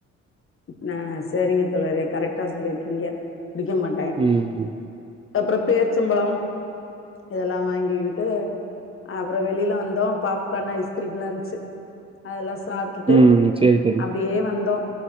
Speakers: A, on the left; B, on the right.
A: நா சரிங்க தோழரே கரெக்டா சொல்லியிருக்கீங்க குடிக்க மாட்ட
B: ம்.
A: அப்புற பேரிச்சம்பழம் இதெல்லா வாங்கிகிட்டு அப்பற வெளியில வந்தோ பாப்கார்ன் ஐஸ்கிரீம்லா இருன்ச்சி அதெல்லா சாப்ட்டுட்டு
B: ம். சரி தோழி.
A: அப்டியே வந்தோ